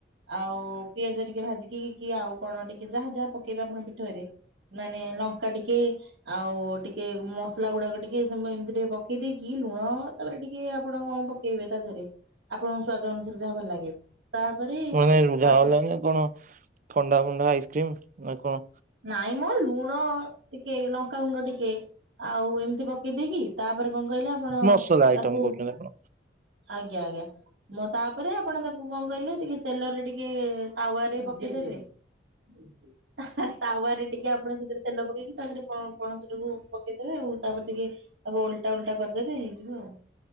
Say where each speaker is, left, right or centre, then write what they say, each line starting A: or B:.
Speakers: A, on the right (about 80°); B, on the right (about 45°).
A: ଆଉ ପିଆଜ ଟିକେ ଭାଜି କି ଆଉ କଣ ଟିକେ ଯାହା ଯାହା ପକେଇବେ ଆପଣ ପିଠଉରେ। ମାନେ ଲଙ୍କା ଟିକେ ଆଉ ଟିକେ ମସଲା ଗୁଡାକ ଟିକେ ଏମିତି ଟିକେ ପକେଇ ଦେଇେକି ଲୁଣ ତାପରେ ଟିକେ ଆପଣ କଣ ପକେଇବେ ତା ଦେହରେ। ଆପଣଙ୍କ ସ୍ଵାଦ ଅନୁସାରେ ଯାହା ଭଲ ଲାଗେ ତାପରେ
B: ମାନେ ଝାଉଁଲା
A: ତାକୁ
B: ନା କଣ ଥଣ୍ଡା ଫୁଣ୍ଡା ଆଇସ୍କ୍ରିମ୍ ନା କଣ?
A: ନାଇଁ ମୋ ଲୁଣ ଟିକେ ଲଙ୍କାଗୁଣ୍ଡ ଟିକେ ଆଉ ଏମିତି ପକେଇ ଦେଇକି ତାପରେ କଣ କହିଲେ ଆପଣ
B: ମସଲା ଆଇଟମ
A: ତାକୁ
B: କହୁଛନ୍ତି ଆପଣ
A: ଆଜ୍ଞା ଆଜ୍ଞା ମଁ ତାପରେ ଆପଣ ତାକୁ କଣ କହିଲେ ଟିକେ ତେଲରେ ଟିକେ କେ ତାୱରେ ପ <unintelligible> ତାୱରେ ଟିକେ ଆପଣ ସେଥିରେ ତେଲ ପକେଇକି ତାଦେହ ରେ କଣ ସେଟାକୁ ପକେଇଦେବେ ଆଉ ତାପରେ ଟିକେ ତାକୁ ଓଲଟା ଉଲଟା କରିଦେବେ ହେଇଯିବ ଆଉ।